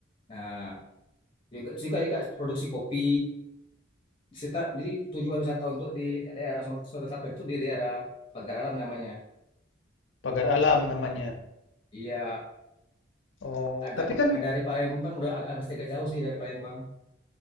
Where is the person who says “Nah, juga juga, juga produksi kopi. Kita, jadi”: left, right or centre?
Left